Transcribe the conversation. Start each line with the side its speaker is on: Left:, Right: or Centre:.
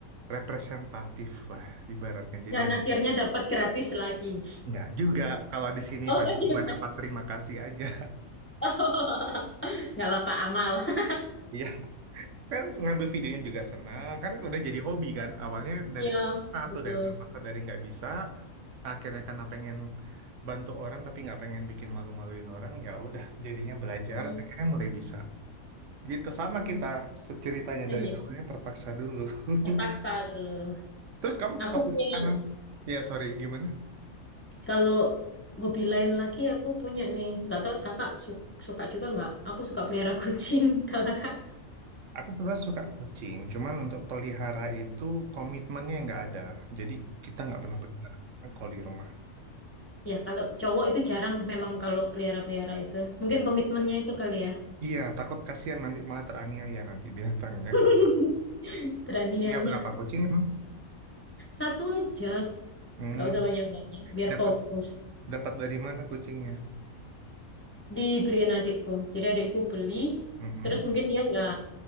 Right: representatif lah ibaratnya jadi
Left: Dan akhirnya dapat gratis lagi.
Right: nggak juga kalau di sini
Left: Oh,
Right: paling
Left: thank you.
Right: cuma dapat terima kasih aja
Left: <laughs> Nggak apa-apa, amal. <laughs>
Right: <laughs> iya kan ngambil videonya juga senang karena udah jadi hobi kan awalnya dari
Left: Iya,
Right: terpaksa atau
Left: betul.
Right: dari terpaksa dari nggak bisa akhirnya karena pengen bantu orang tapi nggak pengen bikin malu-maluin orang ya udah jadinya belajar
Left: Hmm.
Right: akhirnya mulai bisa gitu sama kita ceritanya
Left: Nah,
Right: dari
Left: Iya,
Right: awalnya terpaksa dulu <laughs>
Left: terpaksa dulu.
Right: Terus kamu
Left: Aku
Right: kalau
Left: punya,
Right: makanan, ya sorry gimana?
Left: kalau hobi lain lagi, aku punya nih. Nggak tahu kakak su- suka juga nggak? Aku suka pelihara kucing. <laughs> Kalau kakak?
Right: Aku sebenarnya suka kucing, cuman untuk pelihara itu komitmennya nggak ada. Jadi kita nggak pernah pelihara kalau di rumah.
Left: Ya, kalau cowok itu jarang memang kalau pelihara-pelihara itu. Mungkin
Right: Ya.
Left: komitmennya itu kali ya.
Right: Iya, takut kasihan nanti malah teraniaya nanti binatangnya.
Left: <laughs> Berani
Right: <laughs> Punya
Left: nih aja.
Right: berapa kucing emang?
Left: Satu aja,
Right: Hmm,
Left: nggak usah banyak-banyak, biar
Right: dapat
Left: fokus.
Right: dapat dari mana kucingnya?
Left: Dibeliin adikku. Jadi adikku beli,
Right: Mm-mm.
Left: terus mungkin dia nggak